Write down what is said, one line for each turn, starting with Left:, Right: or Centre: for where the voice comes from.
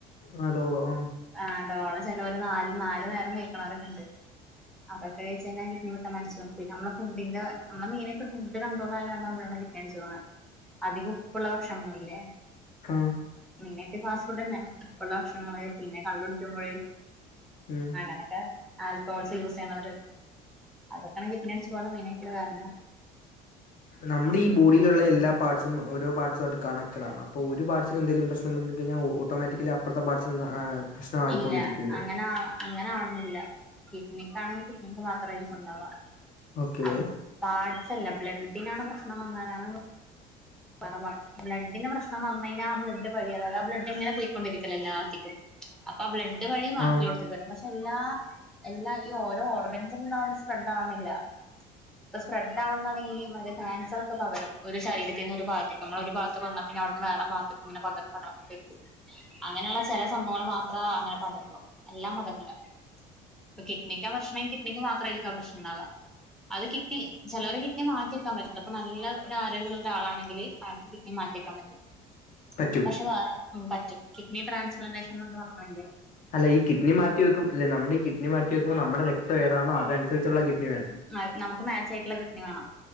Left: ആഹ് ഡോളോ ആഹ്
Centre: ആഹ് ഡോള ചെലോര് ഒരു നാൽ നാല് നേരം കൈക്കിണോരൊക്കെണ്ട് അതൊക്കെ കൈച്ചേഞ്ഞാ കിഡ്നി പെട്ടന്ന് അടിച്ച് പോം പിന്നെ നമ്മള ഫുഡ്ഡിന്റെ നംള് മെയ്നായിട്ട് ഫുഡ്ഡ് കണ്ട്രോളല്ലാണ്ടാവുമ്പഴാണ് ഡ്നി അടിച്ചുപോണേ അധിക ഉപ്പുള്ള ഭക്ഷണങ്ങളില്ലേ
Left: ആഹ്
Centre: മെയ്നായിട്ട് ഫാസ്റ്റ് ഫുഡ് തന്നെ ഉപ്പുള്ള ഭക്ഷണങ്ങള് പിന്നെ കള്ളു കുടിക്കുമ്പൊഴ്
Left: ഉം
Centre: അങ്ങനൊക്കെ ആൽക്കഹോൾസ് യൂസെയ്യണോര് അതൊക്കേണ് കിഡ്‌ന്യട്ച്ച് പോവാള്ള മെയ്നായിട്ട്ള്ള കാര്ണങ്ങൾ
Left: നംടീ ബോഡീലൊള്ളേ എല്ലാ പാർട്സും ഓരോ പാർട്സ്വായിട്ട് കണക്ടഡ് ആണൊ അപ്പൊ ഒരു പാട്സിന് എന്തേലും പ്രശ്നംവന്ന് കഴിഞ്ഞാ ഓട്ടോമാറ്റിക്കലി അപ്പർത്തെ പാട്സിനും ആഹ് പ്രശ്നമായിക്കൊണ്ടിരിക്കൂല്ലേ?
Centre: ഇല്ല അങ്ങനാ അങ്ങനാവണന്നില്ല കിഡ്നിക്കാണെങ്കി കിഡ്‌നിക്ക് മാത്രായിരിക്കുണ്ടാവാ
Left: ഓക്കെ.
Centre: അ പാർട്സ് അല്ല ബ്ലഡിനാണ് പ്രശ്നം വന്നാലാണ് <unintelligible> ബ്ലഡ്ഡിന് പ്രശ്നം വന്നഴിഞ്ഞ ആ ബ്ലഡ്ഡ് വഴി അതത് ആഹ് ബ്ലഡ്ഡ് ഇങ്ങനെ പോയ്ക്കൊണ്ടിരിക്കലല്ലേ എല്ലാത്തിക്കും അപ്പാ ബ്ലഡ് വഴി വാക്കിള്ളോട്ത്തി
Left: ആഹ്
Centre: <unintelligible> പഷെല്ലാ എല്ലാ ഈ ഓരോ ഓർഗൻസിനും അങ്ങനെ സ്പ്രെഡ്ഡാവ്ണില്ല ഇപ സ്പ്രെഡ്ഡ് ആവ്ണതാണെ ഈ മറ്റെ ക്യാൻസർ ഒക്കെ പകരും ഒരു ശൈഡി തിന് ഒരു ഭാത്തിക്ക് നമ്മൾ ഒരു ഭാത്ത് വന്നാ പിന്നെ അവ്ടുന്ന് വേറേ ഭാത്തിക്ക് ഇങ്ങനെ പക പടർന്നോണ്ടിരിക്കും അങ്ങനെള്ള ചെല സംഭവങ്ങൾ മാത്രാ അങ്ങനെ പടരൊള്ളൂ എല്ലാം പടർല്ല ഇപ്പ കിഡ്നിക്കാ പ്രശ്നെങ്കി കിഡ്നിക്ക് മാത്രായ്രിക്കും ആഹ് പ്രശ് ണണ്ടാവാ അത് കിട്ണി ചെലവരെ കിഡ്നി മാറ്റി വെക്കാൻ പറ്റൂല്ലാ ഇപ്പ നല്ല ഒരാരോഗ്യള് ആളാണങ്കില് ആൾക്ക് കിഡ്നി മാറ്റ്യെക്കാൻ പറ്റും
Left: പറ്റും
Centre: പഷെ വേറെ ഉം പറ്റും കിഡ്നി ട്രാൻസ്പലാന്റേഷൻന്ന് <unintelligible>
Left: അല്ല ഈ കിഡ്‌നി മാറ്റി വെക്കും ല്ല നമ്മടെ ഈ കിഡ്നി മാറ്റ്യെക്കുമ്പോ നമ്മുടെ രക്തം എതാണോ അതൻസര്ച്ചൊള്ള കിഡ്നി വേണ്ടേ
Centre: മെ നമുക്ക് മാച്ച് ആയ്ട്ടൊള്ള കിഡ്നി വേണം